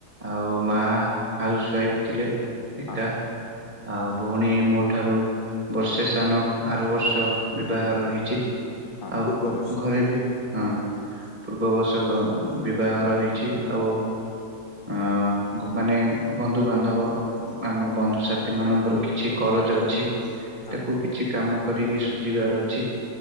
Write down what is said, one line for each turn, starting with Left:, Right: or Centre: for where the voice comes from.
Right: ଆଉ ମା ହାଉସ ୱାଇଫ ଥିଲେ ଏକା।
Left: ହଁ
Right: ଆଉ ଭଉଣୀ ମୋ ଠାରୁ ବର୍ଷେ ସାନ। ଆର ବର୍ଷ ବିବାଘର ହେଇଛି
Left: ହଁ
Right: ଆଉ
Left: ପୂର୍ବ ବର୍ଷ
Right: ଘରେ ବି ହଁ ପୂର୍ବବର୍ଶ କ ବିବାହର ହେଇଛି ଆଉ ଅ ଗୋ ମାନେ ବନ୍ଧୁବାନ୍ଧବ ଆମର ବନ୍ଧୁସାଥି ମାନଙ୍କର କିଛି କରଜ ଅଛି। ତାକୁ
Left: ହଁ
Right: କିଛି କାମ କରିକି ସୁଝିବାର ଅଛି